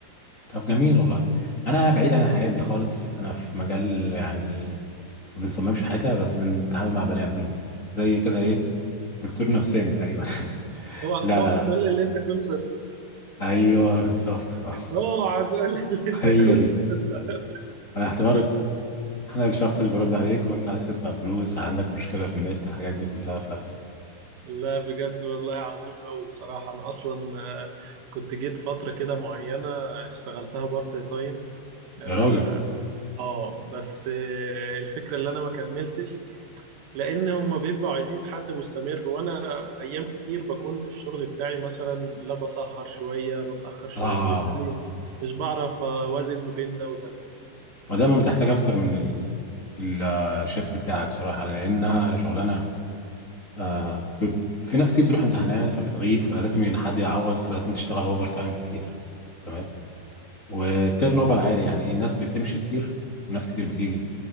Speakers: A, on the left; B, on the right.
A: طب جميل والله انا بعيد عن الحاجات دي خالص انا في مجال يعني ما بنصممش حاجة بس بنتعامل مع بني ادمين زي كده ايه دكتور نفساني تقريبا <laughs>
B: هو
A: لا
B: هو
A: لا لا
B: هتقول لي اللي انت كول
A: ايوه بالظبط آه.
B: اه عايز اقول <laughs> اللي انت
A: هي
B: اكلته
A: دي
B: ده.
A: انا اعتبرك انا الشخص اللي برد عليك وانت عايز تدفع فلوس عندك مشكلة في النت الحاجات دي كلها ف
B: لا بجد والله عظيم قوي بصراحة انا اصلا آه، كنت جيت فترة كده معينة اشتغلتها بارت تايم اه
A: يا راجل
B: آه، بس آه، الفكرة اللي انا ما كملتش لان هم بيبقوا عايزين في حد مستمر وانا ايام كتير بكون في الشغل بتاعي مثلا لا بسهر شوية بتأخر شوية
A: اه
B: فبالتالي مش بعرف اوازن ما بين ده وده
A: ودايما بتحتاج اكتر من ال... ال- الشيفت بتاعك بصراحه لانها شغلانه آه ب... في ناس كتير بتروح امتحانات فبتغيب فلازم ين- حد يعوض فلازم تشتغل اوفر تايم كتير تمام والتيرن اوفر عالي يعني ايه الناس بتمشي كتير وناس كتير بتيجي